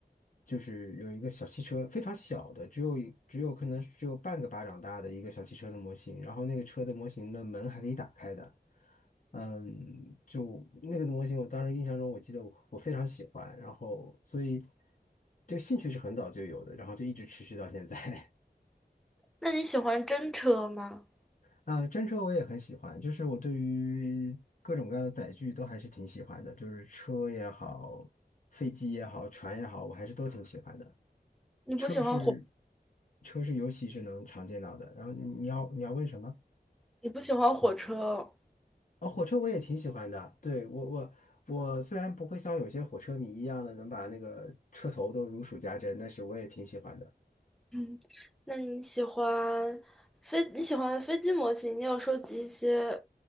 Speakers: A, on the left; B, in the centre.
A: 就是有一个小汽车，非常小的，只有一只有可能只有半个巴掌大的一个小汽车的模型，然后那个车的模型的门还可以打开的，嗯，就那个模型，我当时印象中，我记得我我非常喜欢，然后所以这个兴趣是很早就有的，然后就一直持续到现在。<laughs>
B: 那你喜欢真车吗？
A: 啊，真车我也很喜欢，就是我对于各种各样的载具都还是挺喜欢的，就是车也好，飞机也好，船也好，我还是都挺喜欢的。
B: 你不喜欢火？
A: 车是车是尤其是能常见到的。然后你你要你要问什么？
B: 你不喜欢火车，
A: 哦，火车我也挺喜欢的。对，我我我虽然不会像有些火车迷一样的能把那个车头都如数家珍，但是我也挺喜欢的。
B: <clears throat> 嗯，那你喜欢飞？你喜欢飞机模型？你有收集一些